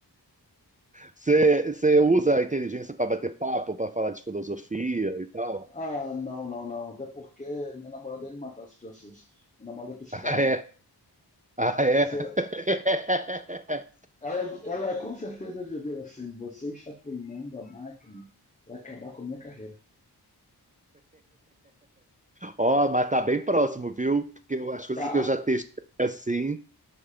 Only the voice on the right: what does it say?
Você, você usa a inteligência para bater papo, para falar de filosofia e tal?
<laughs> Ah, é?
<laughs>
Ó, mas tá bem próximo, viu? Porque eu- as coisas
que eu já testei assim.